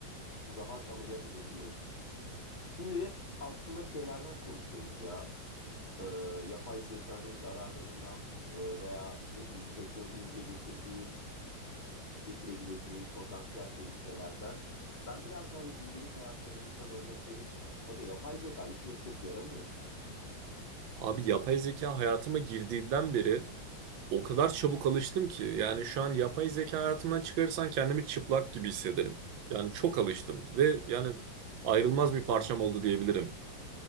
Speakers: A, on the left; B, on the right.
A: rahat ameliyat edebiliyoruz. Şimdi hep aslında şeylerden konuşuyoruz ya. e, yapay zekanın zararlarından e, veya ne bileyim teknolojinin bize getirdiği getirebileceği potansiyel tehlikelerden. Ben biraz da hani gündelik hayatlarımızdan örnek verip aga yapay zeka işine çok yaramıyor mu ya?
B: Abi yapay zeka hayatıma girdiğinden beri o kadar çabuk alıştım ki. Yani şu an yapay zeka hayatımdan çıkarırsan kendimi çıplak gibi hissederim. Yani çok alıştım ve yani ayrılmaz bir parçam oldu diyebilirim.